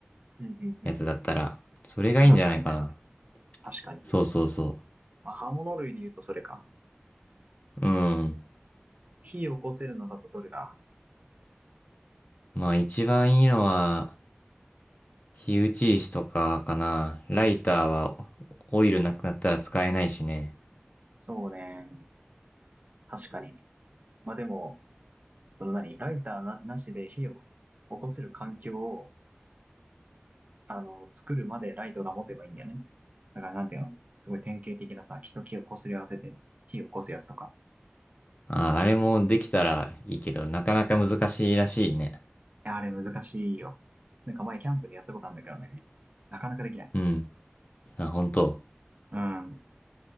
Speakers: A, on the right; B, on the left.
A: うんうんう
B: やつだったら。それがいいんじゃないかな。
A: ん。ナタみたいなね。確かに。
B: そうそうそ
A: まあ、刃物類で言うとそれか。
B: う。うん。
A: 火を起こせるのだとどれだ
B: まあ一番いいのは、火打ち石とかかな。ライターはオイルなくなったら使えないしね。
A: そうね。確かに。まあでも、その何ライターな、なしで火を起こせる環境を、あの、作るまでライトが持てばいいんだよね。だからなんていうのすごい典型的なさ、木と木を擦り合わせて火を起こすやつとか。
B: あ、あれもできたらいいけど、なかなか難しいらしいね。
A: や、あれ難しいよ。なんか前キャンプでやったことあるんだけどね。なかなかできない。
B: うん。あ、本当。
A: うん。っ